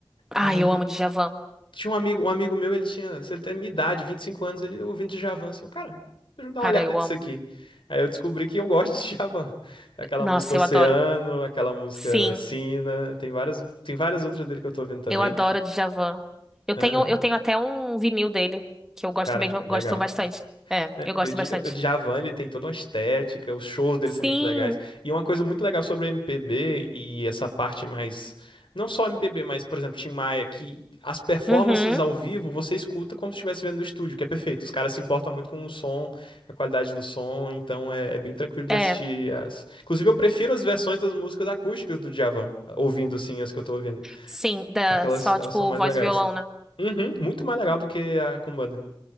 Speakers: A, in the centre; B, on the left (about 80°).
A: Ah,
B: Aí
A: eu amo Djavan.
B: tinha um amigo, um amigo meu, ele tinha, ele tem a minha idade, 25 anos, ele ouvindo Djavan, assim, cara, deixa eu dar
A: Cara,
B: uma olhada
A: eu
B: nisso
A: amo.
B: aqui. Aí eu descobri que eu gosto de <laughs> Djavan. Aquela
A: Nossa,
B: música Oceano,
A: eu adoro.
B: aquela música
A: Sim,
B: Sina, tem várias, tem várias outras dele que eu tô ouvindo também.
A: eu adoro Djavan. Eu
B: Aham.
A: tenho, eu tenho até um vinil dele, que eu gosto
B: Cara,
A: mesmo,
B: legal.
A: gosto bastante. É,
B: É,
A: eu gosto
B: O Di-
A: bastante.
B: o Djavan, ele tem toda uma estética, os shows dele
A: Sim.
B: são muito legais. E uma coisa muito legal sobre MPB e essa parte mais, não só MPB, mas, por exemplo, Tim Maia, que as performances
A: Uhum.
B: ao vivo você escuta como se estivesse vendo no estúdio, que é perfeito. Os caras se importam muito com o som, com a qualidade do som, então é, é bem tranquilo de
A: É,
B: assistir as... Inclusive, eu prefiro as versões das músicas acústicas do Djavan, ouvindo assim as que eu tô ouvindo,
A: sim, da
B: porque elas,
A: só
B: elas
A: tipo
B: são mais
A: voz
B: legais.
A: e violão, né?
B: Uhum, muito mais legal do que a com banda.